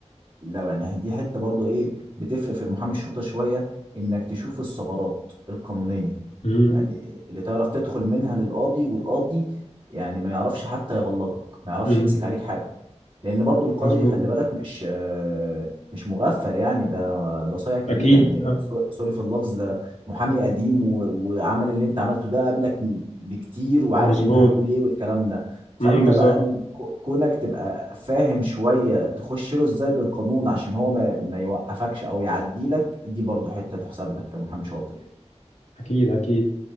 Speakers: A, on the right; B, on the left.
A: لو يعني دي حتة برضو ايه بتفرق في المحامي الشاطر شوية انك تشوف الثغرات القانونية
B: مم.
A: يعني اللي تعرف تدخل منها للقاضي والقاضي يعني ما يعرفش حتى يغلطك ما يعرفش
B: مم.
A: يمسك عليك حاجة لان برضو القاضي
B: مظبوط
A: خلي بالك مش آه، مش مغفل يعني ده ده صايع كبير
B: أكيد
A: يعني
B: ها
A: سو- سوري في اللفظ ده محامي قديم و- وعمل اللي انت عملته ده قبلك بكتير وعارف
B: مظبوط
A: انت هتقول ايه والكلام ده
B: مم.
A: فانت
B: بالظبط
A: بقى إن كو- كونك تبقى فاهم شوية تخش له ازاي بالقانون عشان هو ما, ما يوقفكش او يعديلك دي برضو حتة تحسب لك كمحامي شاطر يعني
B: أكيد أكيد